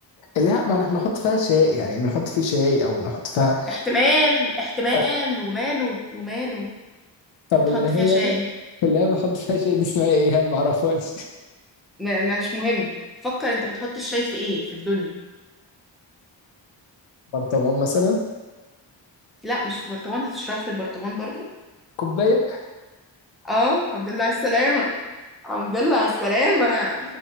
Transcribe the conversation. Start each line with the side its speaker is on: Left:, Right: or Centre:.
Left: اللي هي ما احنا بنحط فيها شاي يعني بنحط فيه شاي او نحط فيها
Centre: احتمال احتمال
Left: <laughs>
Centre: وماله وماله
Left: طب
Centre: بتحط
Left: اللي هي
Centre: فيها شاي
Left: اللي هي بنحط فيها شاي دي اسمها ايه انا ما اعرفهاش
Centre: م مش مهم فكر انت بتحط الشاي في ايه في الدنيا
Left: برطمان مثلا
Centre: لا مش في برطمان هتشربه في البرطمان برضو
Left: كوبايه
Centre: اه الحمد لله على السلامة الحمد لله على السلامة